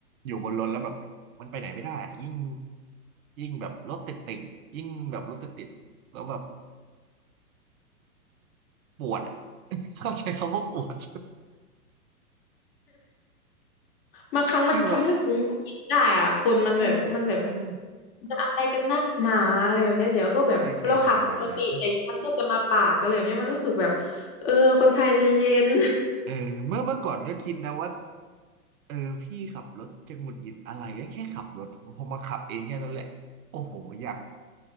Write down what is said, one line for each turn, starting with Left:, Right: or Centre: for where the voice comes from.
Right: อยู่บนรถแล้วแบบมันไปไหนไม่ได้อะยิ่งยิ่งแบบรถติดติดยิ่งแบบรถติดติดแล้วแบบปวดอ่ะ <laughs> เข้าใจคำว่าปวด
Left: บางครั้งมันทำให้ผมหงุดหงิดได้อ่ะคนมันแบบมันแบบ
Right: <laughs> คือแบบอืม
Left: จะอะไรกันนักหนาอะไรแบบเนี้ยเดี๋ยวก็แบบเราขับปกติแต่อีกคันก็จะมาปาดอะไรแบบเนี้ยมันรู้สึกแบบเออคนไทยใจเย็น
Right: ใช่ใช่ใช่ใช่ใช่ใช่เออเมื่อเมื่อก่อนก็คิดนะว่าเออพี่ขับรถจะหงุดหงิดอะไรก็แค่ขับรถพอมาขับเองแค่นั้นแหละโอ้โหอยาก